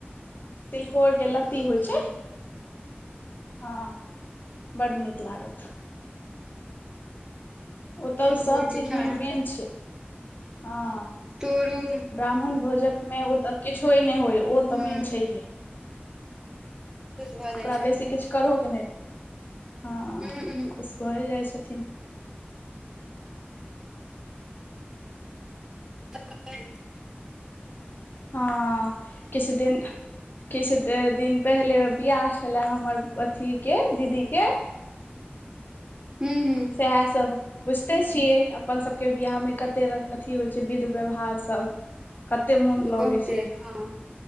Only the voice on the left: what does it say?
तिलकोर के लत्ती
होइ छै। हँ बडड नीक लागत। ओ तब
सब
चीज
मे मेन छै हँ।
ब्राह्मण भोजक मे ओ तऽ किछो नहि होय ओ तऽ
मेन छैहे।
ओकरा
बेसी किछु करहो कि नहि हँ
खुश भए जाइ छथिन।
हँ किछु दिन किछु दिन पहिले बिआह छलै हमर अथीके दीदीके
सएह सब बुझिते छियै अपन सभके बिवाहमे कते अथी होइ छै विध व्यवहार सब कत्ते मोन लऽगै
छैह।